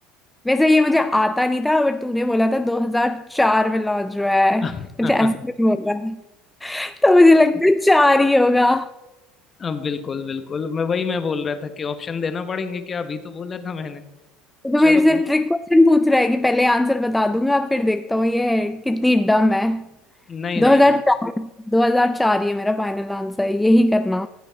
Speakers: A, in the centre; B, on the left.
A: वैसे ये मुझे आता नहीं था बट तूने बोला था 2004 में लॉन्च हुआ है
B: <laughs>
A: कुछ ऐसे कुछ बोल रहा है <laughs> तो मुझे लगता है चार ही होगा
B: अब बिल्कुल बिल्कुल मैं वही मैं बोल रहा था कि ऑप्शन देना पड़ेंगे क्या अभी तो बोला था मैंने।
A: तो
B: चलो
A: मेरे से ट्रिक क्वेश्चन पूछ रहा है कि पहले आंसर बता दूंगा फिर देखता हूँ ये कितनी डम है
B: नहीं
A: 2004
B: नहीं
A: 2004 ये मेरा फाइनल आंसर है यही करना